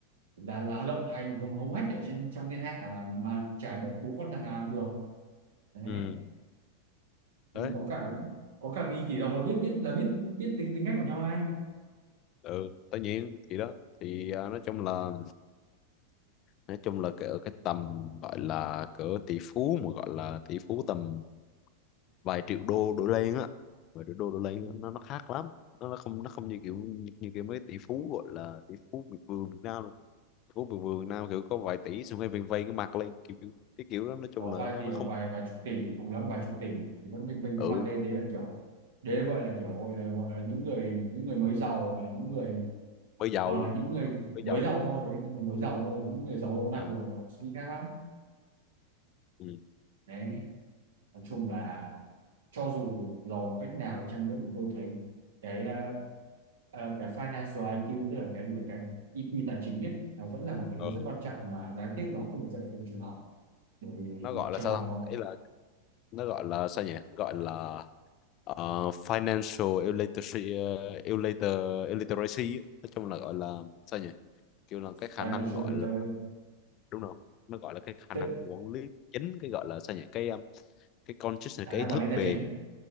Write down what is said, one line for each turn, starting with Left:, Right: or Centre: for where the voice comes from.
Right: là là lộng hành không hống hách ở trên trong thiên hạ mà mà chả được bố con thằng nào được đấy
Left: ừ.
Right: Ừ,
Left: đấy
Right: có cả có cả nghìn tỷ đồng là biết biết là biết biết tính tính cách của nhau ngay
Left: ừ tất nhiên thì đó thì à, nói chung là nói chung là cái ở cái tầm gọi là cỡ tỷ phú mà gọi là tỷ phú tầm vài triệu đô đổ lên á vài triệu đô đổ lên
Right: Ừ.
Left: á, nó nó khác lắm nó nó không nó không như kiểu như, như kiểu mấy tỷ phú gọi là tỷ phú miệt vườn Việt Nam đâu tỷ phú miệt vườn Việt Nam kiểu có vài tỷ xong rồi vây vây cái mặt lên kiểu kiểu- cái kiểu đó nói chung
Right: có
Left: là
Right: vài
Left: nó
Right: tỷ
Left: nó
Right: hoặc
Left: không
Right: vài vài chục tỷ cùng lắm vài chục tỷ thì vẫn vinh vinh cái
Left: ừ
Right: mặt lên đấy là kiểu đấy gọi là kiểu là, gọi là những người những người mới giàu hoặc là những người
Left: mới giàu
Right: hoặc là những người
Left: mới
Right: mới
Left: giàu
Right: giàu thôi đấy những người mới giàu thôi những người giàu lâu năm
Left: ừ
Right: thì họ suy nghĩ khác lắm
Left: ừ
Right: đấy nói chung là cho dù dò bằng cách nào đi chăng nữa thì tôi thấy cái ờ, ờ, cái financial IQ tức là cái gì là cái EQ tài chính ấy nó vẫn là một cái
Left: ờ.
Right: thứ rất quan trọng mà đáng tiếc nó không được dạy ở trong trường học bởi vì
Left: nó gọi
Right: trường
Left: là sao
Right: học
Left: ta?
Right: nó
Left: ấy là nó gọi là sao nhỉ gọi là ờ, financial illiteracy uh, illiter, illiteracy á. nói chung là gọi là sao nhỉ kiểu là cái khả
Right: financial
Left: năng gọi
Right: literacy
Left: là đúng không nó gọi là cái khả
Right: tự
Left: năng quản lý chính cái gọi là sao nhỉ cái um, cái consciousness
Right: khả
Left: cái
Right: năng
Left: ý thức
Right: quản lý tài
Left: về
Right: chính